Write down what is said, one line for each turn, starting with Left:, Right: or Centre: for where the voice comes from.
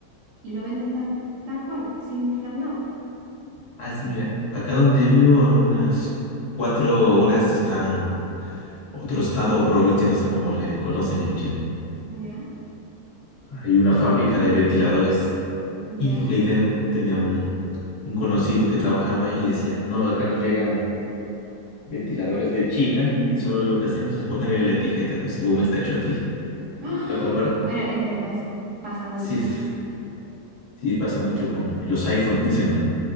Right: y lo venden tan- tal cual, sin inflar nada.
Left: Ah, sí, mira, acá donde vivo a unas cuatro horas están otro estado o provincia, no sé cómo le conocen en Chile.
Right: ¿Ya?
Left: Hay una fábrica de ventiladores
Right: ¿Ya?
Left: y que ahí ten- tenía un, un conocido que trabajaba ahí y decía, no, acá nos llegan. ventiladores de China y solo lo que hacemos es ponerle la etiqueta que según está hecho aquí.
Right: ¡Ah!
Left: Lo comparo.
Right: Bueno, es verdad eso, pasa mucho.
Left: Así es. Sí pasa mucho con los iPhones, dicen, ¿no?